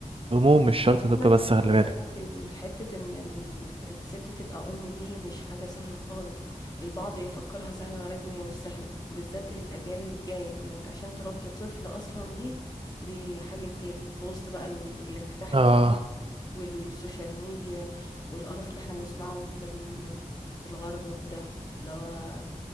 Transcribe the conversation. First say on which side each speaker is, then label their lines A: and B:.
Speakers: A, on the right; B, on the left.
A: هموم مش شرط
B: خلي في
A: طب
B: علمك
A: بس خلي
B: خلي
A: بالك
B: في علمك الحتة إن ال- الست تبقى أم دي مش حاجة سهلة خالص البعض يفكرها سهلة ولكن هي مش سهلة وبالذات الأجيال الجاية إنك عشان تربي طفل أصلا دي دي حاجة كبيرة في وسط بقى ال- الانفتاح
A: اه
B: الكبير والسوشيال ميديا والقرف اللي احنا بنسمعه في ال- في الغرب وده اللي هو